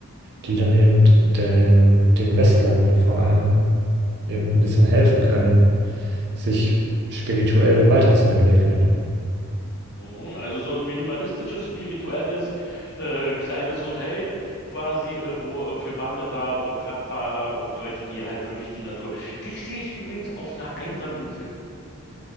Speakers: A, on the right; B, on the left.
A: die dann eben den, den Westlern vor allem eben ein bisschen helfen können, sich spirituell weiterzuentwickeln.
B: Mhm, Also so ein minimalistisches, spirituelles, äh, kleines Hotel quasi, äh, wo äh, für Wanderer und Radfahrer und Leute, die halt wirklich die Natur. Dich sehe ich übrigens auf einer einsamen Insel.